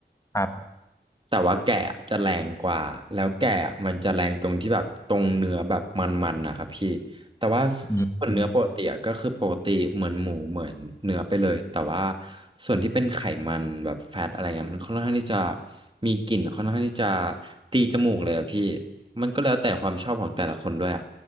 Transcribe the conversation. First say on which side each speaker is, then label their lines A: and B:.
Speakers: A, on the left (about 15°); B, on the right (about 30°).
A: ครับ
B: แต่ว่าแกะจะแรงกว่า แล้วแกะมันจะแรงตรงที่แบบตรงเนื้อแบบมันๆนะครับพี่ แต่ว่า
A: อืม
B: ส่วนเนื้อปกติอะก็คือปกติเหมือนหมูเหมือนเนื้อไปเลย แต่ว่าส่วนที่เป็นไขมันแบบแฟตอะไรเงี้ยมันค่อนข้างที่จะมีกลิ่นค่อนข้างที่จะตีจมูกเลยอะพี่มันก็แล้วแต่ความชอบของแต่ละคนด้วยอะ